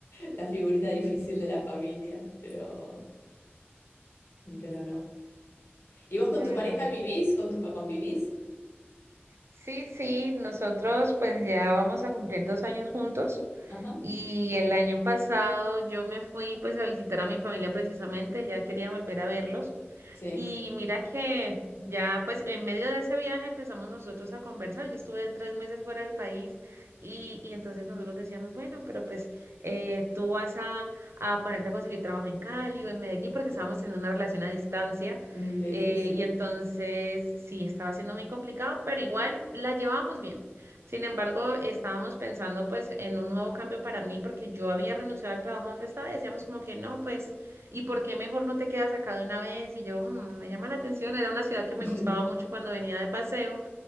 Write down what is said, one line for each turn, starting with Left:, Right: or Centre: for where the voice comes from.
Left: la figurita difícil de la familia, pero, pero no. ¿Y vos con
Right: Claro,
Left: tu pareja
Right: mi-
Left: vivís? ¿Con tu pa- convivís?
Right: sí, sí, nosotros pues ya vamos a cumplir dos años juntos
Left: Ajá.
Right: y el año pasado yo me fui pues a visitar a mi familia precisamente, ya quería volver a verlos
Left: Sí,
Right: y mira que ya, pues en medio de ese viaje empezamos nosotros a conversar. Yo estuve tres meses fuera del país y, y entonces nosotros decíamos, bueno, pero pues eh, tú vas a, a ponerte a conseguir trabajo en Cali o en Medellín porque estábamos teniendo una relación a distancia.
Left: Mm, qué
Right: eh,
Left: difícil.
Right: y entonces sí, estaba siendo muy complicado, pero igual la llevábamos bien. Sin embargo, estábamos pensando pues en un nuevo cambio para mí porque yo había renunciado al trabajo donde estaba y decíamos como que no, pues... ¿Y por qué mejor no te quedas acá de una vez? Y yo, "Mm, me llama la atención, era una ciudad que me
Left: <laughs>
Right: gustaba mucho cuando venía de paseo.